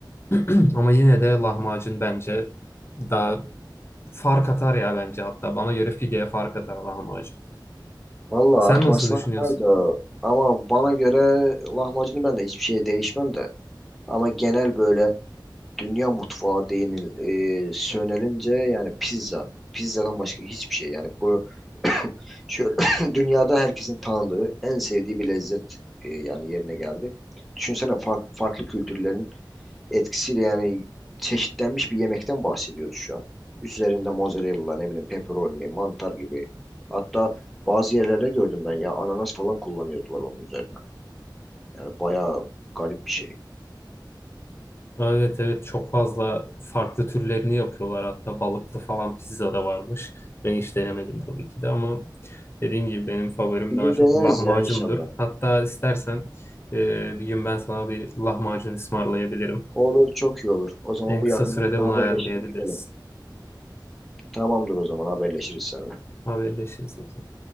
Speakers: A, on the left; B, in the centre.
A: <clears throat> Ama yine de lahmacun bence daha fark atar ya bence hatta. Bana göre pideye fark atar lahmacun.
B: Vallahi
A: Sen
B: atmasına
A: nasıl düşünüyorsun?
B: atar da ama bana göre lahmacunu ben de hiçbir şey değişmem de. Ama genel böyle dünya mutfağı değinil e, sönelince yani pizza. Pizzadan başka hiçbir şey yani bu şöyle <coughs> <clears throat> dünyada herkesin tanıdığı en sevdiği bir lezzet e, yani yerine geldi. Düşünsene fa farklı kültürlerin etkisiyle yani çeşitlenmiş bir yemekten bahsediyoruz şu an. Üzerinde mozzarella ne bileyim pepperoni, mantar gibi. Hatta bazı yerlerde gördüm ben ya ananas falan kullanıyordular onun üzerine. Yani bayağı garip bir şey.
A: Evet evet çok fazla farklı türlerini yapıyorlar hatta balıklı falan pizza da varmış. Ben hiç denemedim tabii ki de ama dediğim gibi benim favorim
B: Bir
A: daha
B: gün
A: çok
B: deneriz
A: lahmacundur.
B: ya inşallah.
A: Hatta istersen e, bir gün ben sana bir lahmacun ısmarlayabilirim.
B: Olur çok iyi olur. O zaman
A: En
B: bu
A: kısa
B: yakınlarda
A: sürede
B: bir
A: bunu
B: haberleşelim
A: ayarlayabiliriz.
B: gidelim. Tamamdır o zaman haberleşiriz seninle.
A: Haberleşiriz o zaman.